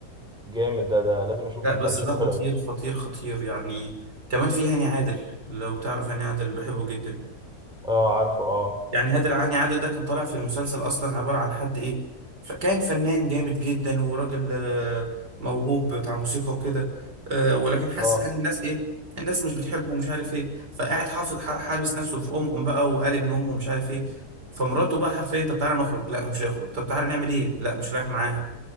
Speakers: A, in the centre; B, on the right.
A: جامد ده ده لازم اشوفه
B: لا
A: اللي
B: بس
A: بتاع ده شكله
B: ده خطير
A: حلو قوي
B: خطير خطير يعني كمان في هاني عادل لو تعرف هاني عادل بحبه جدا
A: اه عارفه اه
B: يعني هادل هاني عادل ده كان طالع في المسلسل اصلا عبارة عن حد ايه فكان فنان جامد جدا وراجل آه، موهوب بتاع موسيقى وكده آه، ولكن حاسس
A: اه
B: ان الناس ايه الناس مش بتحبه ومش عارف ايه فقاعد حافظ ح- حابس نفسه في ام ام بقى وقالب نوم ومش عارف ايه فمراته بقى حرفيا طب تعالى نخرج لا مش هيخرج طب تعالى نعمل ايه لا مش رايح معاها